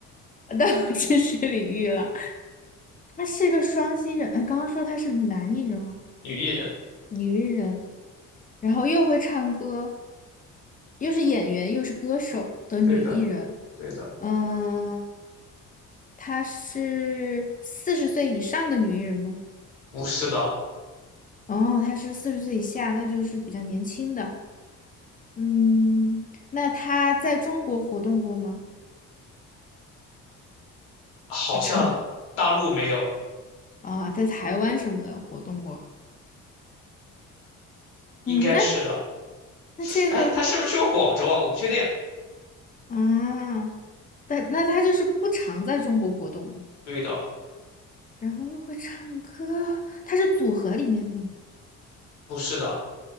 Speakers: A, on the left; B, on the left.
A: 到我知识领域了。<laughs> 他是一个双新人，哎，刚刚说他是男艺人啊，
B: 女艺人，
A: 女艺人，然后又会唱歌，又是演员又是歌手的女艺人。
B: 对的，对的，
A: 嗯，她是四十岁以上的女艺人吗？
B: 不是的，
A: 哦，她是四十岁以下，那就是比较年轻的。嗯，那她在中国活动过吗？<laughs>
B: 好像大陆没有，
A: 啊，真的啊，在台湾什么的活动过。
B: 应该是的。
A: 嗯，那那这个
B: 哎，她是不是去过广州啊？我不确定。
A: 啊，但那他就是不常在中国活动，
B: 对的，
A: 然后又会唱歌，他是组合里面的吗？
B: 不是的，